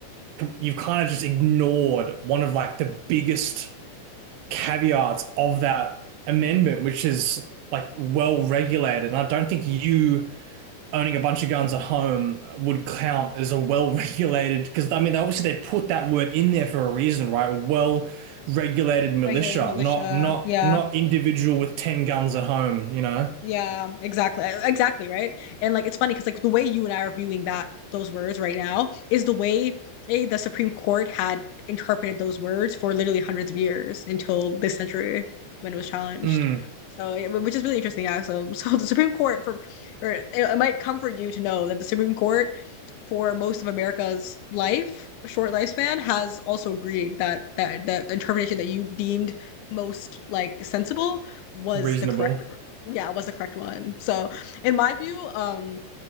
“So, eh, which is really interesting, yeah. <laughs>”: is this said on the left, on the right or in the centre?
Left